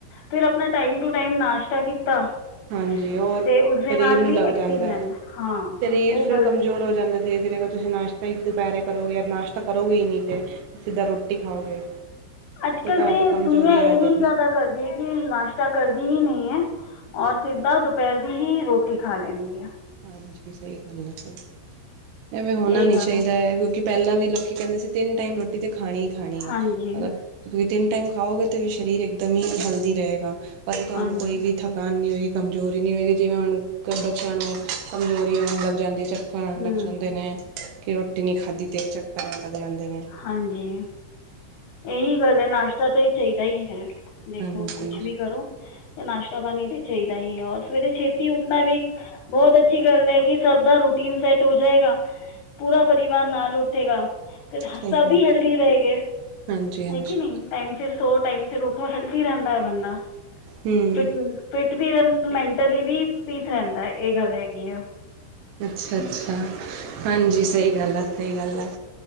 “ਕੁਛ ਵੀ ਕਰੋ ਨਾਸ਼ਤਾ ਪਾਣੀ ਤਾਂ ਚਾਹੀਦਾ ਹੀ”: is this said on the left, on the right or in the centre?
Left